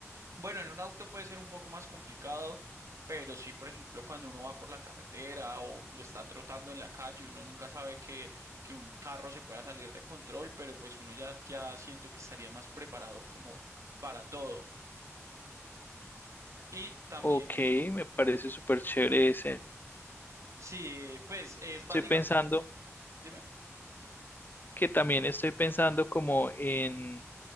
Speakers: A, on the right; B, on the left.
A: bueno, en un auto puede ser un poco más complicado. Pero sí, por ejemplo, cuando uno va por la carretera o está trotando en la calle, uno nunca sabe que, que un carro se pueda salir de control, pero pues uno ya, ya siento que estaría más preparado como para todo. Y también
B: Ok, me parece súper chévere ese.
A: Sí, pues es básicamente,
B: Estoy pensando
A: dime,
B: que también estoy pensando como en,